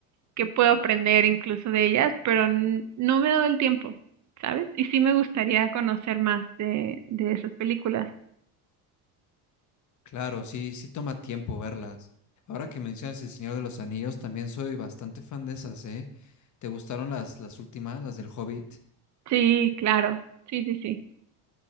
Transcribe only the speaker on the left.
Claro, sí, sí toma tiempo verlas. Ahora que mencionas El Señor de los Anillos, también soy bastante fan de esas, ¿eh? ¿Te gustaron las, las últimas, las del Hobbit?